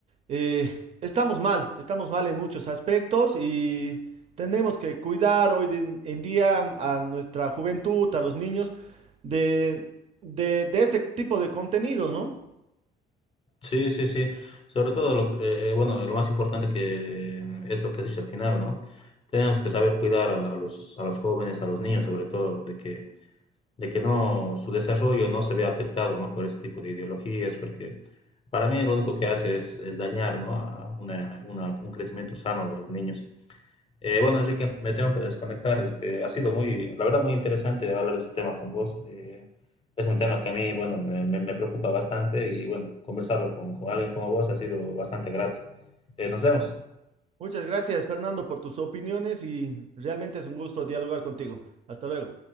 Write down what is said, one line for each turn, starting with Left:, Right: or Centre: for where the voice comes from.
Right: eh, estamos mal, estamos mal en muchos aspectos y tenemos que cuidar hoy de- en día a nuestra juventud, a los niños, de, de, de este tipo de contenidos, ¿no?
Left: Sí, sí, sí. Sobre todo, lo, que- eh, bueno, lo más importante que es lo que has dicho al final, ¿no? Tenemos que saber cuidar a, a los, a los jóvenes, a los niños, sobre todo, de que de que no su desarrollo no se vea afectado ¿no? por ese tipo de ideologías, porque para mí lo único que hace es, es dañar ¿no? a una, una, un crecimiento sano de los niños. Eh, bueno, así que me tengo que desconectar. Este, ha sido muy, la verdad, muy interesante hablar de este tema con vos. Eh, es un tema que a mí, bueno, me, me, me preocupa bastante y, bueno, conversarlo con, con, alguien como vos ha sido bastante grato. Eh, nos vemos.
Right: Muchas gracias, Fernando, por tus opiniones y realmente es un gusto dialogar contigo. Hasta luego.